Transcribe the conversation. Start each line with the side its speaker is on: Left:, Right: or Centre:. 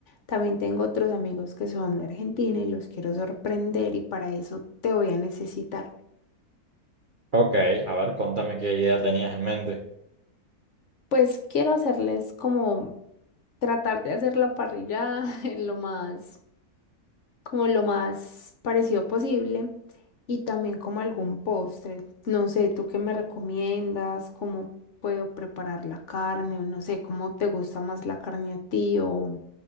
Left: también tengo otros amigos que son de Argentina y los quiero sorprender y para eso te voy a necesitar.
Right: Ok, a ver, contame qué idea tenías en mente.
Left: Pues quiero hacerles como tratar de hacer la parrilla <laughs> en lo más como lo más parecido posible y también como algún postre. No sé, ¿tú qué me recomiendas? ¿Cómo puedo preparar la carne? O No sé, ¿cómo te gusta más la carne a ti? O...